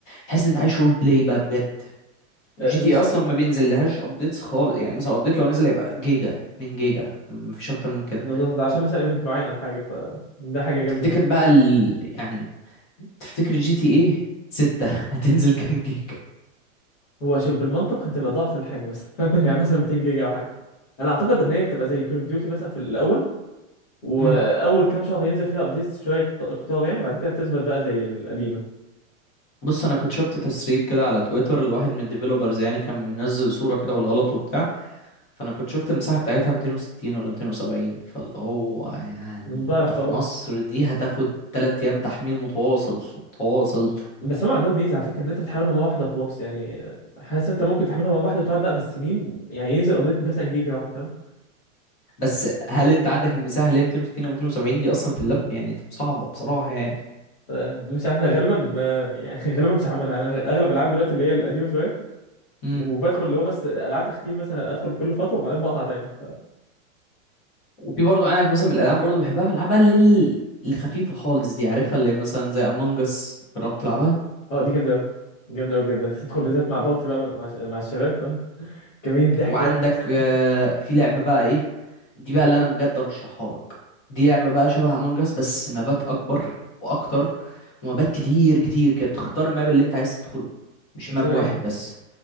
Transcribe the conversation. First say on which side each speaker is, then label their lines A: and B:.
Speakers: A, on the left (about 15°); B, on the left (about 70°).
A: تحس ان انت عايش رول بلاي بقى بجد
B: آه
A: جي تي
B: مش
A: إيه اصلا ما بينزل لهاش ابديتس خالص يعني مثلا ابديت لو نزل هيبقى جيجا 2 جيجا مفيش اكتر من كده
B: بالظبط ده عشان مثلا ايفنت معين او حاجه فده حاجه جامده
A: تفتكر
B: يعني
A: بقى ال... يعني تفتكر جي تي ايه 6 <laughs> هتنزل كام جيجا
B: هو شوف بالمنطق هتبقى ضعف الحجم مثلا <laughs> يعني مثلا 200 جيجا او حاجه انا اعتقد ان هي هتبقى زي كول اوف ديوتي مثلا في الاول واول
A: امم
B: كام شهر هينزل فيها ابديتس شويه كت- كتار يعني بعد كده تثبت بقى زي القديمه
A: بص انا كنت شفت تسريب كده على تويتر الواحد من الديفيلوبرز يعني كان منزل صورة كده بالغلط وبتاع فانا كنت شفت المساحة بتاعتها 260 ولا 270 فاللي هو يعني
B: ضعف
A: ده في
B: اه
A: مصر دي هتاخد 3 ايام تحميل متواصل متواصل
B: بس هم عندهم ميزه على فكره ان انت بتحملها مره واحده وخلاص يعني حاسس انت ممكن تحملها مره واحده وتقعد بقى بالسنين يعني ينزل ابديت مثلا جيجا واحده فاهم
A: بس هل انت عندك المساحه اللي هي 260 او 270 دي اصلا في اللاب يعني تبقى صعبه بصراحه يعني
B: آه، مش عارف انا غالبا آه، يعني <laughs> غالبا مش هعملها انا اغلب العاب دلوقتي اللي هي القديمه شويه
A: امم
B: وبدخل اللي هو بس العاب تختيم مثلا ادخل كل فتره وبعدين بقطع تاني
A: وفي برضه عندك مثلا من الالعاب برضه بحبها العاب بقى اللي هي ال- الخفيفه خالص دي عارفها اللي هي مثلا زي امong اس جربت تلعبها
B: اه دي جامده قوي جامده قوي بجد بس تدخل بالذات مع بابتي بقى مع, مع الشباب فاهم كمية الضحك
A: وعندك
B: بقى في النص
A: آه، في لعبه بقى ايه دي بقى اللي انا بجد ارشحها لك دي لعبه بقى شبه امong اس بس مابات اكبر واكتر ومابات كتير كتير كده بتختار الماب اللي انت عايز تدخله مش
B: <laughs> اسمها
A: ماب واحد
B: ايه
A: بس